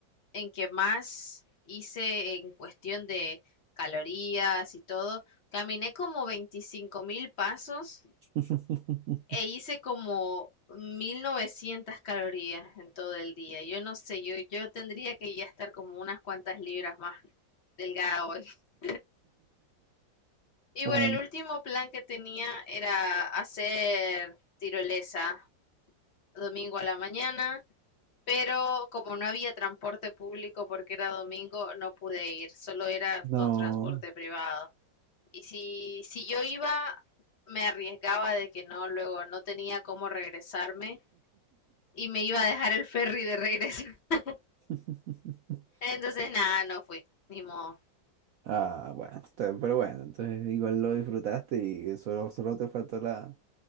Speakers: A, on the left; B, on the right.
A: en que más hice en cuestión de calorías y todo. Caminé como veinticinco mil pasos
B: <laughs>
A: e hice como 1900 calorías en todo el día. Yo no sé, yo, yo tendría que ya estar como unas cuantas libras más delgada hoy. <laughs> Y
B: Bueno,
A: bueno, el último plan que tenía era hacer tirolesa domingo a la mañana, pero como no había transporte público porque era domingo, no pude ir, solo era
B: no.
A: con transporte privado. Y si, si yo iba, me arriesgaba de que no, luego no tenía cómo regresarme y me iba a dejar el ferry de regreso. <laughs>
B: <laughs>
A: Entonces, nada, no fui, ni modo.
B: Ah, bueno, está- pero bueno, entonces igual lo disfrutaste y solo, solo te faltó la,